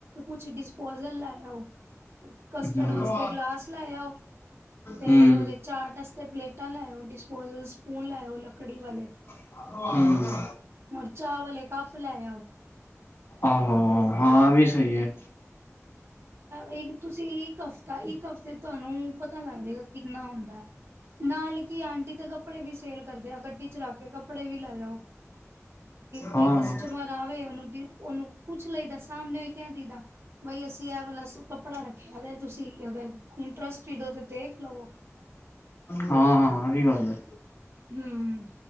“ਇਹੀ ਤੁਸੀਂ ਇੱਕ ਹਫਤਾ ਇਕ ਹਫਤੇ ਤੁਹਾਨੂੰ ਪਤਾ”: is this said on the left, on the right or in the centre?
Right